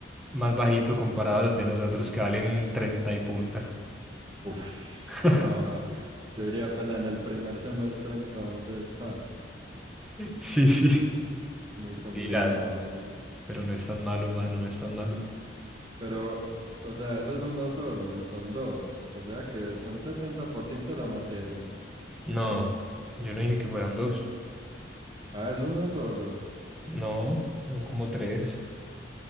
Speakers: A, in the centre; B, on the right.
A: más bajito comparado a los de nosotros que valen 30 y punta.
B: Uf,
A: <laughs>
B: no, ja. Yo iría apenas en el primer semestre entonces, ja,
A: Sí, sí.
B: muy complicado
A: Pilas,
B: así.
A: pero no es tan malo, mano, no es tan malo.
B: Pero, o sea, eso es uno solo y son dos. O sea que son 70% de la materia.
A: No, yo no dije que fueran dos.
B: Ah, es uno solo.
A: No, son como tres,